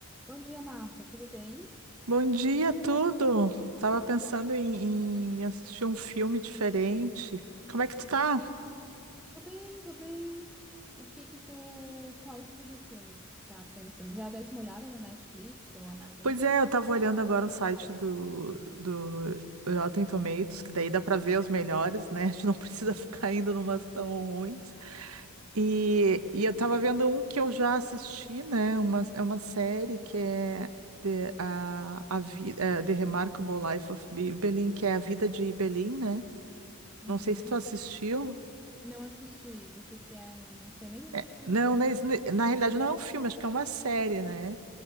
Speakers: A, in the centre; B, on the right (about 80°).
A: Bom dia, Marta. Tudo bem?
B: Bom dia, tudo. Tava pensando em, em assistir um filme diferente. Como é que tu tá?
A: Tô bem, tô bem. O que que tu, qual o tipo de filme que tu tá pensando? Já desse uma olhada na Netflix ou Amazon?
B: Pois é, eu tava olhando agora o site do, do Rotten Tomatoes, que daí dá pra ver os melhores, né? <laughs> A gente não precisa ficar
A: Uhum.
B: indo numas tão ruins. E, e eu tava vendo um que eu já assisti, né? Uma, é uma série que é The, a, a, Vi- é, The Remarkable Life of Bi- Belin, que é a vida de Belin, né?
A: Uhum.
B: Não sei se tu assistiu.
A: Não assisti. Do que que é? Não, não sei nem o
B: É,
A: que que.
B: Não, na, na realidade não é um filme, acho que é uma série, né?